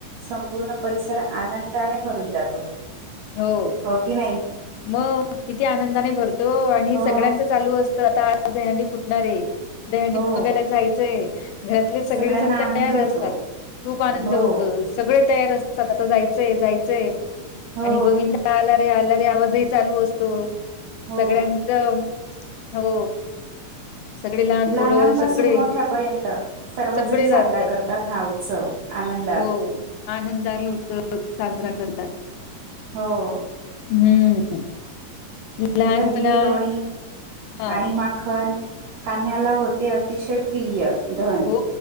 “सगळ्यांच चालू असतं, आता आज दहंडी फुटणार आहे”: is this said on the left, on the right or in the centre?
Left